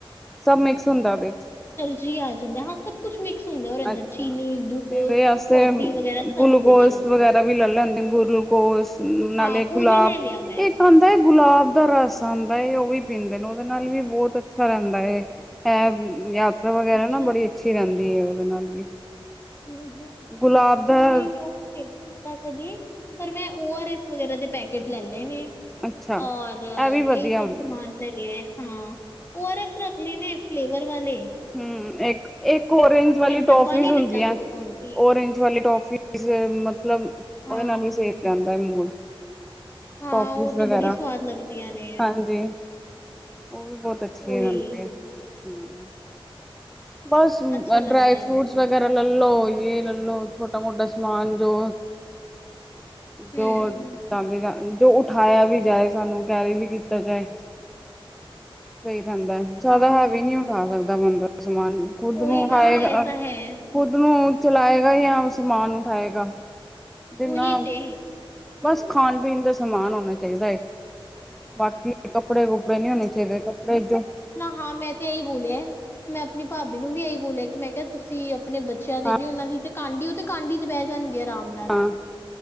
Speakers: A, in the centre; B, on the left.
A: ਸਭ ਮਿਕਸ ਹੁੰਦਾ ਉਹਦੇ ਚ।
B: ਜੀ ਆ ਜਾਂਦਾ ਹ ਸਭ ਕੁਛ ਮਿਕਸ। ਹੁੰਦਾ ਔਰ ਅੰਦਰ
A: ਅੱਛਾ
B: ਚੀਨੀ, ਦੁੱਧ,
A: ਇਹਦੇ ਵਾਸਤੇ
B: ਕੌਫੀ ਵਗੈਰਾ ਸਭ
A: ਗਲੂਕੋਸ
B: ਕੁਛ
A: ਵਗੈਰਾ ਵੀ ਲੈਲਾ ਨਿੰਬੂ ਗਲੂਕੋਸ ਨਾਲੇ
B: ਹਾਂ ਉਹ
A: ਗੁਲਾਬ
B: ਵੀ ਲੈ ਲਿਆ ਮੈਂ
A: ਇੱਕ ਆਉਂਦਾ ਗੁਲਾਬ। ਉਹਦਾ ਰਸ ਆਉਂਦਾ ਹੈ ਉਹ ਵੀ ਪੀਂਦੇ ਨੇ ਉਹਦੇ ਨਾਲ ਵੀ ਬਹੁਤ ਅੱਛਾ ਰਹਿੰਦਾ ਹੈ ਅ। ਵਗੈਰਾ
B: ਅੱਛਾ
A: ਨਾ ਬੜੀ ਅੱਛੀ ਰਹਿੰਦੀ। <unintelligible> ਉਹ ਨਾਲ ਵੀ।
B: ਹਮ ਹ
A: ਗੁਲਾਬ ਦਾ
B: ਨਹੀਂ ਮੈਂ ਓ ਤੇ ਨਹੀਂ ਪੀਤਾ ਕਦੀ। ਪਰ ਮੈਂ ਓ ਆਰ ਐਸ ਵਗੈਰਾ ਦੇ ਪੈਕੇਟ ਲੈ ਲਏ ਨੇ।
A: ਅੱਛਾ,
B: ਔਰ ਇਹੀ
A: ਇਹ ਵੀ ਵਧੀਆ
B: ਸਭ
A: ਹੁੰਦੇ
B: ਸਮਾਨ
A: ਨੇ।
B: ਲੇਲਏ ਹਾਂ ਓ ਆਰ ਐਸ ਰੱਖ ਲੈਨੇ। <unintelligible>
A: ਹਮ ਇੱਕ ਇੱਕ ਓਰੇਂਜ ਵਾਲੀ ਟੋਫੀ
B: ਡੱਬਾ ਨਹੀਂ
A: ਹੁੰਦੀ।
B: ਲਿੱਤਾ
A: ਦੀਆਂ
B: ਗਲੂਕੋਨ ਡੀ
A: ਓਰੇਂਜ ਵਾਲੀ ਟੋਫੀਜ਼ ਮਤਲਬ।
B: ਹਾਂ
A: ਔਦੇ ਨਾਲ ਹੀ ਸਹੀ ਰਹਿੰਦਾ ਹੈ, ਮੂਡ।
B: ਹਾਂ
A: ਟੋਫੀਜ਼
B: ਉਹ
A: ਵਗੈਰਾ
B: ਤੇ ਬੜੀ ਸਵਾਦ ਲੱਗਦੀਆਂ ਨੇ
A: ਹਾਂਜੀ ਉਹ ਵੀ ਬਹੁਤ ਅੱਛੀ
B: ਉਹੀ
A: ਹੈ ਰ ਹੂ ਬਸ
B: ਅੱਛਾ ਲੱਗਦਾ
A: ਡਰਾਈ
B: ਹੈ
A: ਫਰੂਟਸ
B: ਉਹ
A: ਵਗੈਰਾ ਲ ਲੋ ਯੇ ਲੈ ਲੋ, ਛੋਟਾ ਮੋਟਾ ਸਮਾਮਾਨ ਜੋ
B: ਹੂੰ
A: ਜੋ ਜਾਂਦੇ ਜੋ ਉਠਾਇਆ ਵੀ ਜਾਏ, ਸਾਨੂੰ ਕੈਰੀ ਵੀ ਕੀਤਾ ਜਾਏ, ਸਹੀ ਜਾਂਦਾ, ਜ਼ਿਆਦਾ
B: ਹਾਂ
A: ਹੈਵੀ ਨਹੀਂ ਉਠਾ ਸਕਦੇ ਦਾ ਬੰਦਾ ਸਮਾਨ ਖੁਦ ਨੂੰ
B: ਉਹੀ ਨਾ
A: ਆਏਗਾ,
B: ਇਹ ਤਾਂ ਹੈ
A: ਖੁਦ ਨੂੰ ਚਲਾਏਗਾ ਜਾਂ ਸਮਾਨ ਉਠਾਏਗਾ ਜਿੰਨਾ
B: ਉਹੀ ਤੇ
A: ਬਸ ਖਾਣ ਪੀਣ ਦਾ ਸਮਾਨ ਹੋਣਾ ਚਾਹੀਦਾ ਹੈ, ਬਾਕੀ ਕੱਪੜੇ ਕੁਪੜੇ ਨਹੀਂ ਹੋਣੇ ਚਾਹੀਦੇ, ਕੱਪੜੇ ਜੋ
B: ਨਾ ਹਾਂ ਮੈਂ ਤੇ ਇਹੀ ਬੋਲਿਆ, ਮੈਂ ਆਪਣੀ ਭਾਬੀ ਨੂੰ ਵੀ ਇਹੀ ਬੋਲਿਆ ਕਿ ਮੈਂ ਕਿਹਾ ਤੁਸੀਂ ਆਪਣੇ ਬੱਚਿਆਂ ਦੇ
A: ਹਾਂ
B: ਵੀ ਉਹਨਾਂ ਦੇ ਤੇ ਕਾਂਡੀਓ ਤੇ ਕਾਂਡੀ ਚ ਬਹਿ ਜਾਣਗੇ। ਅਰਾਮ ਨਾਲ
A: ਹਾਂ